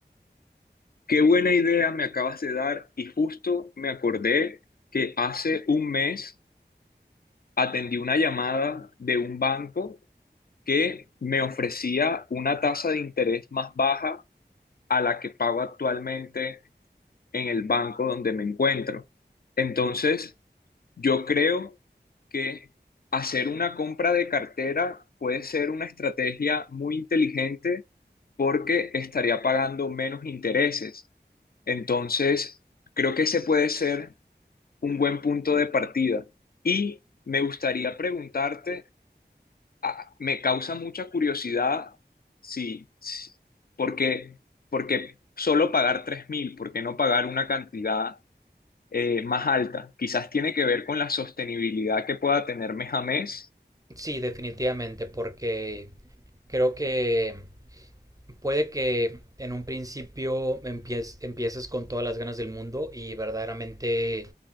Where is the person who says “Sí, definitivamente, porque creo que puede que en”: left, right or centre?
Right